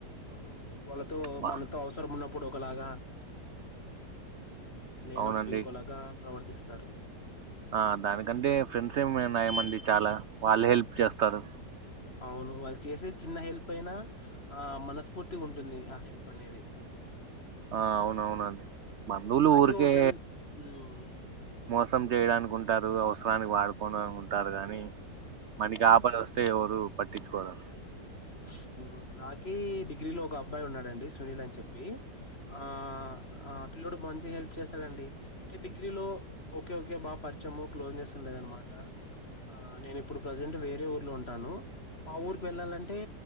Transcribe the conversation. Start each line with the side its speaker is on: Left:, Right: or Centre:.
Left: ఉహ్మ్ వాళ్ళతో
Right: బా
Left: మనతో అవసరం ఉన్నప్పుడు ఒకలాగా నీనప్పుడు
Right: అవునండి
Left: ఇంకోలాగా ప్రవర్తిస్తారు.
Right: ఆ దానికంటే ఫ్రెండ్స్ ఏమన్నాయమండి చాలా వాళ్ళే హెల్ప్ చేస్తారు.
Left: అవును వాళ్ళు చేసేద్ చిన్న హెల్ప్ అయినా ఆ మనస్ఫూర్తిగుంటుంది ఆ హెల్ప్ అనేది.
Right: ఆ అవునవునండి బంధువులు
Left: నాకి
Right: ఊరికే
Left: ఓ ఫ్రెండ్ మ్మ్
Right: మోసం జేయడానికుంటారు అవసరానికి వాడుకోన్నా ఉంటారు గానీ మనకి ఆపదోస్త్ తే ఎవరు పట్టించుకోరు
Left: యహ్ ఊమ్ నాకీ డిగ్రీలో ఒక అబ్బాయి ఉన్నాడండి సునీల్ అని చెప్పి ఆ ఆ పిల్ల్లోడు మంచిగ హెల్ప్ చేసాడండి. టె డిగ్రీలో ఓకే ఓకే బాగా పరిచము క్లోజ్ నెస్ ఉండేదనమాట. ఆ నేనిప్పుడు ప్రజెంట్ వేరే ఊర్లో ఉంటాను. ఆ ఊరికి వెళ్ళాలంటే